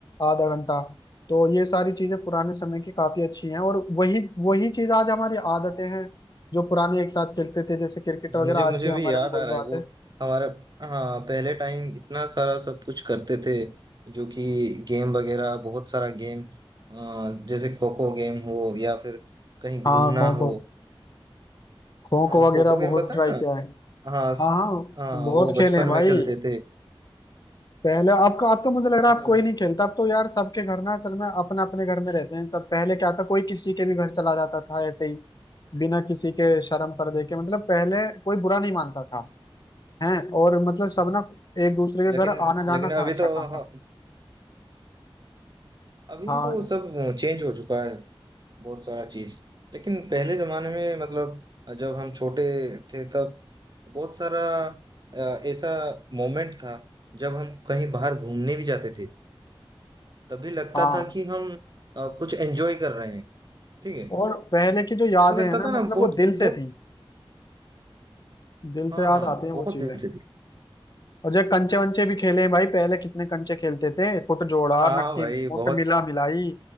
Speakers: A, on the left; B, on the right.
A: आधा घंटा तो ये सारी चीजें पुराने समय की काफी अच्छी हैं और वही वही चीज आज हमारी आदतें हैं जो पुराने एक साथ खेलते थे जैसे क्रिकेट वगैरह
B: मुझे
A: आज
B: मुझे
A: भी हमारे
B: भी याद
A: में वही
B: आ रहा
A: बात
B: है वो
A: है
B: हमारे हाँ पहले टाइम इतना सारा सब कुछ करते थे जो कि गेम वगैरह बहुत सारा गेम जैसे खो खो गेम हो या फिर कहीं घूमना
A: हाँ खो
B: हो
A: खो खो
B: हाँ
A: खो वगैरह
B: खो खो गेम
A: बहुत
B: पता
A: ट्राई
B: है ना
A: किया है
B: हाँ
A: हाँ हाँ
B: हाँ
A: बहुत
B: वो
A: खेले
B: बचपन
A: हैं भाई
B: में खेलते थे
A: पहले आपका अब तो मुझे लग रहा
B: मतलब
A: है आप कोई नहीं खेलता अब तो यार सबके घर ना असल में अपने अपने घर में रहते हैं सब पहले क्या था कोई किसी के भी घर चला जाता था ऐसे ही बिना किसी के शर्म पर्दे के मतलब पहले कोई बुरा नहीं मानता था हैं और मतलब
B: हाँ,
A: सब ना एक दूसरे
B: लेकिन
A: के घर आना जाना
B: लेकिन
A: था
B: अभी
A: अच्छा
B: तो
A: खासा
B: हाँ, अभी
A: हाँ
B: वो सब चेंज हो चुका है बहुत सारा चीज लेकिन पहले जमाने में मतलब जब हम छोटे थे तब बहुत सारा अ, ऐसा मोमेंट था जब हम कहीं बाहर घूमने भी जाते थे तभी लगता
A: हाँ
B: था कि हम अ, कुछ एंजॉय कर रहे हैं ठीक है
A: और पहले की जो यादें
B: ऐसा लगता
A: हैं ना
B: था
A: मतलब
B: ना बहुत
A: वो दिल से
B: बहुत
A: थी दिल
B: हाँ
A: से याद
B: हाँ
A: आती हैं
B: बहुत
A: वो चीजें
B: दिल से थी
A: और जब कंचे वंचे भी खेले हैं भाई पहले कितने कंचे खेलते थे फुट जोड़ा
B: हाँ
A: नक्की
B: भाई
A: मुट
B: बहुत
A: मिला मिलाई